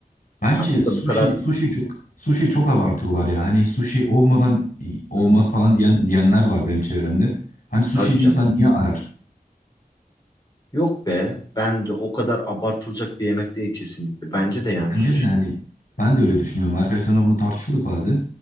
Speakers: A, on the left; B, on the left.
A: Bence
B: Ha, bu
A: sushi
B: da bu kadar
A: sushi çok sushi çok abartıyorlar ya. Hani sushi olmadan olmaz
B: hmm,
A: falan diyen diyenler var benim çevremde. Hani sushi
B: hadi canım.
A: bir insan niye arar?
B: Yok be, ben de o kadar abartılacak bir yemek değil kesinlikle. Bence de yani
A: Bence
B: sushi.
A: de hani ben de öyle düşünüyorum. Arkadaşlarımla bunu tartışıyorduk bazen.